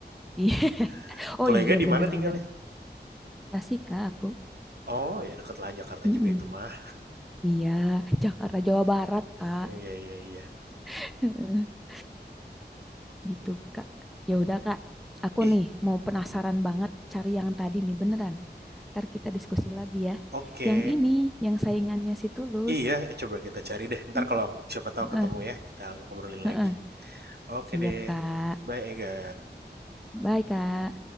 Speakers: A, in the centre; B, on the right.
A: Iya. <laughs>
B: <laughs>
A: Oh
B: Kalau Ega
A: iya,
B: di
A: bener-bener.
B: mana tinggalnya?
A: Tasik, Kak, aku.
B: Oh, ya deket lah Jakarta
A: Mm-mm.
B: juga itu mah.
A: Iya, Jakarta, Jawa Barat, Kak.
B: Iya, iya, iya.
A: <laughs> Gitu, Kak. Ya udah, Kak. Aku
B: Ih,
A: nih mau penasaran banget cari yang tadi nih, beneran. Ntar kita diskusi lagi ya.
B: oke.
A: Yang ini, yang saingannya si Tulus.
B: Iya, eh, coba kita cari deh. Ntar
A: <laughs>
B: kalau siapa tahu
A: Heeh,
B: ketemu ya, kita ngobrolin
A: heeh.
B: lagi. Oke
A: Siap,
B: deh.
A: Kak.
B: Bye Ega.
A: Bye, Kak.